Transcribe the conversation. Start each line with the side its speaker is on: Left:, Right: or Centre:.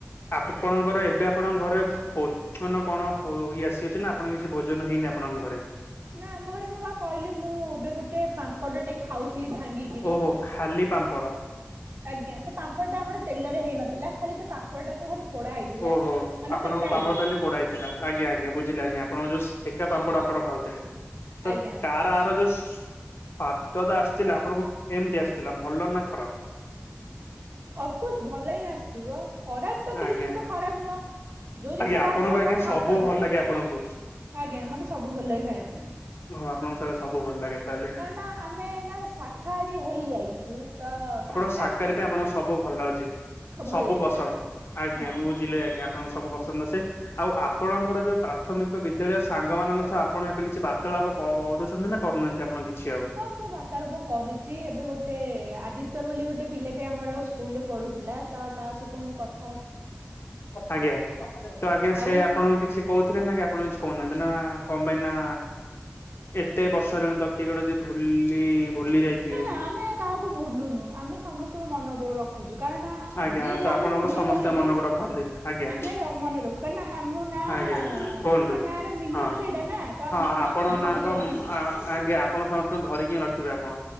Left: ଆପଣଙ୍କର ଏବେ ଆପଣଙ୍କ ଘରେ- ଉତ୍ପନ କଣ ହୋଇ ଆସିଅଛି ନା ଆପଣ କିଛି ଭୋଜନ ହେଇନି ଆପଣଙ୍କ ଘରେ।
Right: ନା ଆମ ଘରେ ମୁଁ ବା କହିଲି ମୁଁ ଏବେ ଗୋଟେ ପାମ୍ପଡ଼ଟେ ଖାଉଥିଲି ଭାଙ୍ଗିକିରି।
Left: ଓହୋ ଖାଲି ପାମ୍ପଡ଼।
Right: ଆଜ୍ଞା ସେ ପାମ୍ପଡ଼ଟା ଆମର ତେଲରେ ହେଇନଥିଲା ଖାଲି ସେ ପାମ୍ପଡ଼ ଟାକୁ ଖାଲି ପୋଡା ହେଇଥିଲା।
Left: ଓହୋ।
Right: ମାନେ
Left: ଆପଣଙ୍କ
Right: ସେକା
Left: ପାମ୍ପଡ
Right: ହେଇଥିଲା
Left: ତାହାଲେ ପୋଡା ହେଇଥିଲା। ଆଜ୍ଞା ଆଜ୍ଞା ବୁଝିଲି ଆଜ୍ଞା ଆପଣଙ୍କ ଯୋଉ ଏକା ପାମ୍ପଡ ଆପଣ ଖାଉଥିଲେ। ତ
Right: ଆଜ୍ଞା
Left: କାର ଆର ଯୋସ୍- ହାତ ତ ଆସିଥିଲା ଆପଣଙ୍କୁ କେମତି ଆସିଥିଲା ଭଲ ନା ଖରାପ।
Right: ଅଫକୋସ୍ ଭଲ ହିଁ ଆସିଥିବ। ଖରାପ ତ କିଛି
Left: ଆଜ୍ଞା
Right: ଜିନିଷ ଖରାପ ନୁହଁ। ଯୋଉ
Left: ଆଜ୍ଞା
Right: ଜିନିଷ ବାହାରିଛି
Left: ଆପଣଙ୍କୁ
Right: ଆମ
Left: ଆଜ୍ଞା
Right: ଖାଇବା
Left: ସବୁ ଭଲ
Right: ପାଇଁ।
Left: ଲାଗେ ଆପଣଙ୍କୁ?
Right: ଆଜ୍ଞା ମତେ ସବୁ ଭଲ ଲାଗ ଖାଇବା ପାଇଁ।
Left: ହଁ ଆପଣଙ୍କୁ ସାଳେ ସବୁ ଭଲ ଲାଗେ ତାହେଲେ।
Right: କାରଣ ଆମେ ଏଇନା ଶାଖାହାରି ହେଇଯାଇଛୁ ତ ସା-
Left: ସାକାହାରୀ ପାଇଁ ଆପଣଙ୍କୁ ସବୁ ଭଲ ଲାଗୁଛି।
Right: ଭଲ
Left: ସବୁ
Right: ଲାଗେ
Left: ପସନ୍ଦ। ଆଜ୍ଞା।
Right: ହଁ।
Left: ମୁଁ ବୁଝିଲି ଆଜ୍ଞା ଆପଣଙ୍କୁ ସବୁ ପସନ୍ଦ ଆସେ। ଆଉ ଆପଣଙ୍କର ଯୋଉ ପ୍ରାଥମିକ ବିଦ୍ୟାଳୟ ସାଙ୍ଗ ମାନଙ୍କ ସହ ଆପଣ ଏବେ କିଛି ବାର୍ତାଳାପ- ଓହ ଅନ୍ନଛତ୍ର ଟା କରୁନାହାନ୍ତି ଆପଣ କିଛି ଆଉ।
Right: ହଁ ମୁଁ ବାର୍ତ୍ତାଳପ କରୁଛି ଏବେ ଗୋଟେ। ଗୋଟେ ଆଦିତ୍ୟ ବୋଲି ଗୋଟେ ପିଲାଟେ ଆମର ସ୍କୁଲରେ ପଢୁଥିଲା ତ ତା ସହିତ ମୁଁକଥା-
Left: ଆଜ୍ଞା ତ ଆଜ୍ଞା ସେ
Right: ଆଉ
Left: ଆପଣଙ୍କ କିଛି- କହୁଥିଲେ ନା କି ଆପଣ କିଛି କହୁନାହାନ୍ତି ନା କଣ ପାଇଁ ନା। ଏତେ ବର୍ଷ ହେଲାଣି ତ କିଏ ଗୋଟେ ଯଦି ଭୁଲି- ଯାଇଥିବେ
Right: ନା ନା ଆମେ କାହାକୁ ଭୁଲୁନୁ। ଆମେ ସମସ୍ତଙ୍କୁ ମନ ରଖୁଛୁ କାରଣ
Left: ଆଜ୍ଞା
Right: ଯିଏ ଯାହା
Left: ତ ଆପଣଙ୍କ
Right: ବି ଭୁଲିଗଲେ-
Left: ସମସ୍ୟା
Right: ଲେବି
Left: ମନକୁ ରଖନ୍ତି ଆଜ୍ଞା
Right: ଆମେ ର ମନେ ରଖୁ କାରନା ଆମ ନା
Left: ଆଜ୍ଞା କୁହନ୍ତୁ।
Right: ଆମ ନା ର ମିନିଙ୍ଗସ୍-
Left: ହଁ
Right: ସେଇଟା ନା ତ
Left: ହଁ
Right: ଆମେ ସମସ୍ତଙ୍କୁ
Left: ଆପଣ
Right: ଧରିକି
Left: ନାଙ୍କ
Right: ରଖିବୁ।
Left: ଆଜ୍ଞା ଆପଣ ଧରିକି ହିଁ ରଖିବେ ଆପଣ।